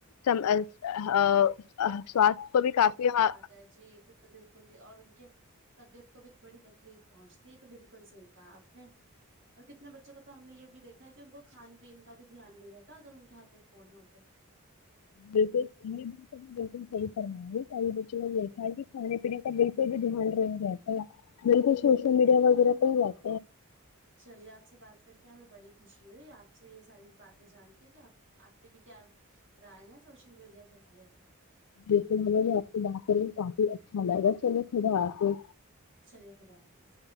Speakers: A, on the left; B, on the right.
A: ہہ سوات کو بھی کافی ہہ
B: نہ جی تو بالکل بھی اور ان کے طبیعت کو بھی بڑی تکلیف پہنچتی ہے تو بالکل صحیح کہا اپ نے اور کتنے بچوں کو تو ہم نے یہ بھی دیکھا ہے کہ ان کو کھان پین کا بھی دھیان نہیں رہتا اگر ان کے ہات میں فون ہو تو
A: بالکل نہیں بالکل صحیح فرمارہی سارا بچوں نے دیکھا ہے کہ کھانے پینے کا بالکل بھی دہان نہیں رہتا بالکل سوشل مڈیا وغیرہ پر جات
B: چلیے آپ سے بات کر کے ہمیں بڑی خوشی ہوئی آپ سے یہ ساری باتیں جان کے کہ آپ آپ کے بھی کیا رائے ہے سوشل میڈیا کے بارے میں
A: بالکل ہمیں بھی آپ سے بات کر کے کافی اچھا لگا چلیے پھر آتے
B: چلیے خدا حافظ